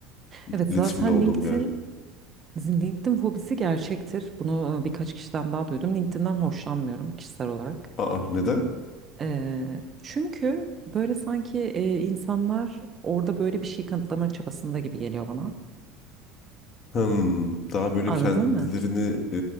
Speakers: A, on the right; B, on the left.
A: Evet
B: iletişimde
A: zaten
B: olduğum
A: LinkedIn
B: bir yer.
A: LinkedIn fobisi gerçektir. Bunu e, birkaç kişiden daha duydum. LinkedIn'den hoşlanmıyorum kişisel olarak.
B: Aa neden?
A: Ee, çünkü böyle sanki e, insanlar orada böyle bir şey kanıtlama çabasında gibi geliyor bana.
B: Hmm, daha böyle
A: Anladın
B: kendilerini
A: mı?
B: e,